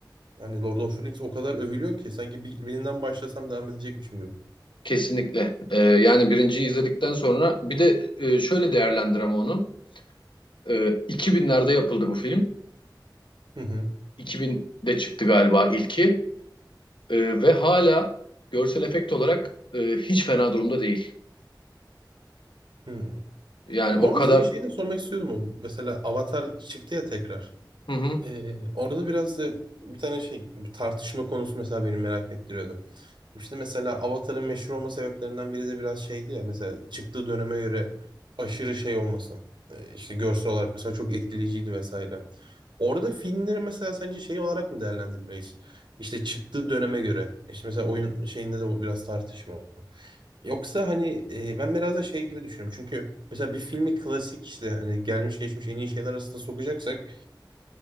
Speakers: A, on the right; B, on the left.
A: hani Lord of the Rings o kadar övülüyor ki sanki bir, birinden başlasam devam edecekmişim gibi.
B: Kesinlikle. E, yani birinciyi izledikten sonra bir de e, şöyle değerlendirem onu. E, 2000'lerde yapıldı bu film.
A: Hı hı.
B: 2000'de çıktı galiba ilki. E, ve hala görsel efekt olarak e, hiç fena durumda değil.
A: hı.
B: Yani o
A: E, Bu arada
B: kadar...
A: sana şey de sormak istiyordum. o. Mesela Avatar çıktı ya tekrar.
B: Hı hı.
A: Ee, orada biraz da bir tane şey tartışma konusu mesela beni merak ettiriyordu. İşte mesela Avatar'ın meşhur olma sebeplerinden biri de biraz şeydi ya mesela çıktığı döneme göre aşırı şey olması. Ee, işte görsel olarak mesela çok etkileyiciydi vesaire. Orada filmleri mesela sence şey olarak mı değerlendirmeliyiz? İşte çıktığı döneme göre. İşte mesela oyun şeyinde de bu biraz tartışma. Yoksa hani e, ben biraz da şey gibi düşünüyorum. Çünkü mesela bir filmi klasik işte hani gelmiş geçmiş en iyi şeyler arasında sokacaksak